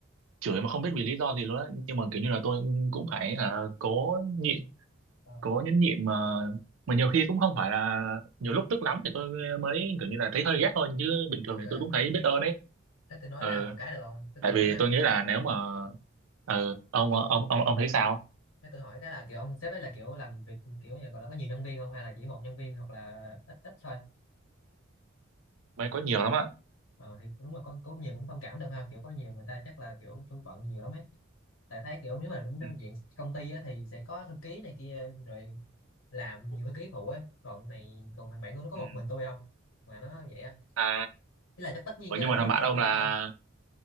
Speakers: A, on the right; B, on the left.
A: chửi mà không biết vì lý do gì luôn á nhưng mà kiểu như là tôi cũng phải à, cố nhịn
B: Ờ,
A: cố nhẫn nhịn mà mà nhiều khi cũng không phải là nhiều lúc tức lắm thì tôi mới kiểu như là thấy hơi ghét thôi chứ bình thường
B: ok
A: thì tôi cũng thấy biết ơn ấy
B: thế tôi nói
A: ừ.
B: ra một cái được không thế
A: tại
B: tôi nói
A: vì
B: nha
A: tôi nghĩ là nếu mà ừ, ông ông ông ông thấy sao
B: thế tôi hỏi cái là kiểu ông sếp ấy là kiểu làm việc kiểu như gọi là có nhiều nhân viên không hay là chỉ một nhân viên hoặc là ít ít thôi
A: mới có nhiều lắm ạ
B: ờ, thì đúng là có có nhiều cũng thông cảm được ha kiểu có nhiều người ta chắc là kiểu tôi bận nhiều lắm ấy tại thấy kiểu nếu mà đến
A: Ừ.
B: diện công ty á, thì sẽ có thư ký này kia rồi làm nhiều thư ký phụ ấy còn này còn thằng bạn tôi nó có
A: ừ.
B: một mình tôi không mà nó vậy á
A: à
B: ý là chắc tất nhiên
A: ủa
B: nha
A: nhưng
B: là
A: mà
B: tôi
A: thằng
B: rất
A: bạn
B: là
A: ông
B: biết
A: là
B: ơn